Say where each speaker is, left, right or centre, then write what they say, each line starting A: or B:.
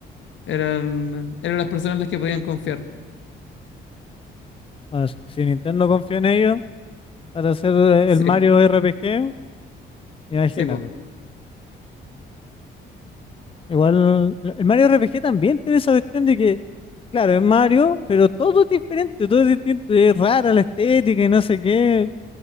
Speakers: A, on the left (about 70°); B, on the left (about 25°).
A: eran, eran las personas en las que podían confiar.
B: Bueno, si, si Nintendo confía en ellos para hacer eh,
A: Sí,
B: el Mario RPG, imagínate.
A: sí, po.
B: Igual, el Mario RPG también tiene esa cuestión de que, claro, es Mario, pero todo es diferente, todo es distinto, es rara la estética y no sé qué.